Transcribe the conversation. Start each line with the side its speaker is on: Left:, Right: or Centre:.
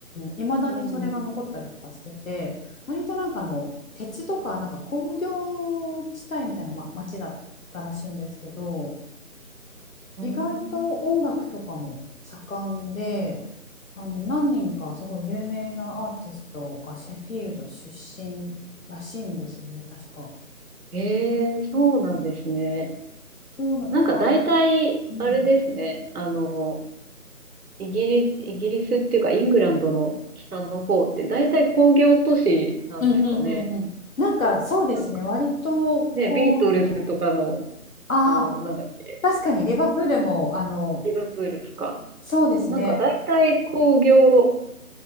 Left: いまだにそれが残ったりとかしてて割となんかあの鉄とかなんか工業
Right: うん
Left: 地帯みたいな、ま、町だったらしいんですけど。
Right: うんうん
Left: 意外と音楽とかも盛んで、あの何人かすごい有名なアーティストがシェフィールド出身らしいんですよね、確か。
Right: ええ、そうなんですね。
Left: そうな、
Right: なんか大体、
Left: なんか、うん、
Right: あれですね。あの、イギリス、イギリスっていうか、イングランドの北の方って大体工業都市なんですかね。
Left: うんうんうんうん。なんかそうですね、
Right: なんか、
Left: 割と皇居、
Right: ね、ビートルズとかの、
Left: ああ、
Right: あの、なんだっけ
Left: 確かにリバプールも、あの、
Right: リバプールとか。
Left: そうですね、
Right: なんか大体工業